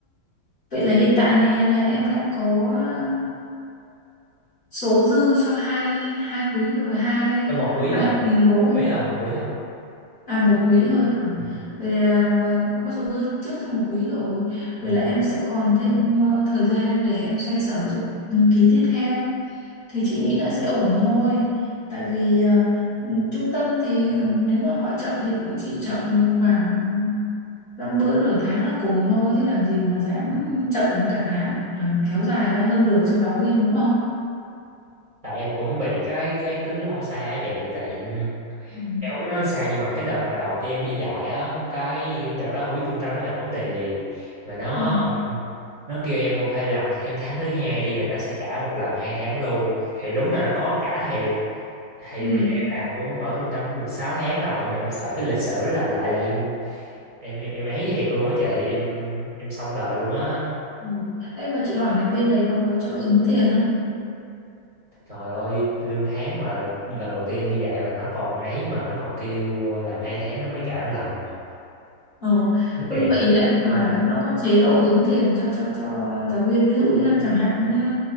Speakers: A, on the left; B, on the right.
A: Vậy là hiện tại này là em đã có à, số dư cho hai hai quý rồi, hai
B: Cho một
A: ờ,
B: quý
A: hai
B: à
A: kỳ rồi.
B: một quý à một quý à
A: À một quý thôi hả?
B: ừ.
A: Vậy là à, em có số dư trước cho một quý rồi.
B: Ừ.
A: Vậy là em sẽ còn thêm à, thời gian để em xoay sở cho ừ, kỳ tiếp theo. Thì chị nghĩ là sẽ ổn thôi. Tại vì à, ừ, trung tâm thì à, nếu mà họ chậm thì cũng chỉ chậm khoảng dăm bữa nửa tháng là cùng thôi chứ làm gì mà dám chậm đến cả tháng hoặc là kéo dài hơn được cho giáo viên đúng không?
B: Tại em cũng bị cái cái tính lo xa á chị tại
A: Ừ.
B: em không biết nói sao nhưng mà cái đợt mà đầu tiên em đi dạy á cái đợt đó không biết trung tâm nó gặp vấn đề gì mà nó
A: Ừ.
B: nó kêu em ok làm thêm tháng thứ hai đi rồi nó sẽ trả một lần hai tháng luôn thì đúng là nó có trả thiệt thì
A: Ừ.
B: bây giờ em làm cũng ở trung tâm cũng được 6 tháng rồi nhưng mà em sợ cái lịch sử nó lặp lại là em em em em ấy thiệt luôn á chị em em xong đời luôn á
A: Ừ. Ê mà chị hỏi này bên đấy nó có cho ứng tiền không?
B: trời ơi lương tháng mà lần đầu tiên em đi dạy mà nó còn ấy mà nó còn kêu ờ, làm hai tháng nó mới trả một lần mà
A: Ờ,
B: đúng
A: không
B: tiền
A: nhưng mà ý là chị
B: Ờ,
A: hỏi là nó có chế độ ứng tiền cho cho cho giáo viên ví dụ như là chẳng hạn như